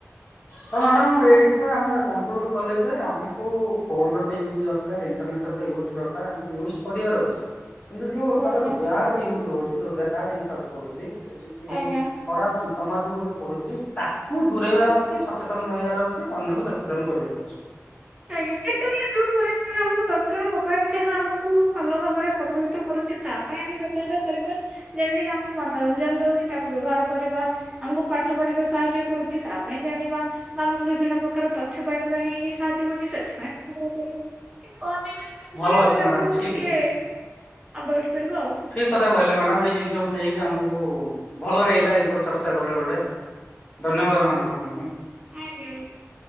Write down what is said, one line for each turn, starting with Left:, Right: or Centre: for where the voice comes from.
Left: ତ ମ୍ୟାଡମ୍ ଏଇଟା ଆମେ କନ୍କ୍ୟୁଜ୍ କଲେ ଯେ ଆମକୁ ଫୋନ୍ ର ତ ୟୁଜ୍ ଦରକା ତା ଇଣ୍ଟରନେଟ୍ ରେ ୟୁଜ୍ ଦରକାର୍ ଆମ କୁ ୟୁଜ୍ କରିବାର ଅଛି। କିନ୍ତୁ ଯୋଉ ତାର
Right: ଆଜ୍ଞା
Left: ବ୍ୟାଡ୍ ଇଉଜ୍ ହୋଉଛି ଯୋଉ ବ୍ୟାଡ୍ ଇମ୍ଫାକ୍ଟ ପଡୁଛି ସେ ଯୋଉ
Right: ଆଜ୍ଞା
Left: ଖରାପ୍ ସମାଜକୁ ଯୋଉ ପଡୁଛି। ତାକୁ ଦୂରେଇବାର ଅଛି। ସଚେତନ ରହିବାର ଅଛି। ଅନ୍ୟକୁ ସଚେତନ କରିବାର ଅଛି।
Right: ଆଜ୍ଞା। ଯେତେବେଳେ ଯୋଉ ପରିସ୍ଥିତିରେ ଆମକୁ ଦରକାର, ମୋବାଇଲ୍ ଯାହା ଆମକୁ ଭଲ ଭାବରେ ପ୍ରଭାବିତ କରୁଛି, ତା ପାଇଁ ଆମେ ବ୍ୟବହାର କରିବା, ଯେମିତି କିି ଆମକୁ ମନୋରଞ୍ଜନ ଦୋଉଛି ତାକୁ ବ୍ୟବହାର କରିବା ଆମକୁ ପାଠ ପଢାରେ ସାହାଯ୍ୟ କରୁଛି ତା ପାଇଁ ଜାଣିବା। ବା ଆମକୁ ବିଭିନ୍ନ ପ୍ରକାର ତଥ୍ୟ ପାଇବା ପାଇଁ ସାହାଯ୍ୟ ଏମିତି ହୋଉଛି, ସେଥିପାଇଁ ବ୍ୟବହାର କରିବା, କିନ୍ତୁ ଅନ୍ୟାନ୍ୟ ଯୋଉ ଜିନିଷରେ
Left: ଭଲ ଅଛି
Right: ଆମେ
Left: ମ୍ୟାଡାମ
Right: ତାକୁ
Left: ଠିକ
Right: ଟିକେ
Left: ଅଛି।
Right: ଆଭଏଡ୍ କରିବ ଆଉ।
Left: ଠିକ୍ କଥା କହିଲେ ମ୍ୟାଡମ୍ ଏଇ ଜିନିଷକୁ ନେଇକି ଆମକୁ ଭଲ ଲାଗିଲା ଏଇ ଉପରେ ଚର୍ଚ୍ଚା କଲେ ଗୋଟେ। ଧନ୍ୟବାଦ ମ୍ୟାଡମ୍ ଆପଣଙ୍କୁ।
Right: ଆଜ୍ଞ ଆଜ୍ଞା।